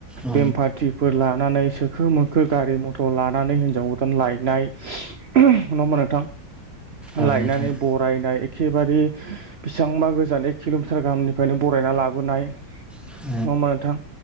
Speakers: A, in the centre; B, on the right.
A: नोंथां औ
B: बेमफाथिफोर लानानै सोखो मोखो। गारि मथर लानानै हिनजाव गोदान लायनाय नङा होमबा नोंथां।
A: औ
B: लायनानै
A: नोंथां औ
B: बर फायनाय एखेबारे बेसेबांबा गोजान एक किल'मिटार गाहामनिफ्रायनो बरायना लाबोनाय
A: औ
B: नंङा होमबा नोंथां।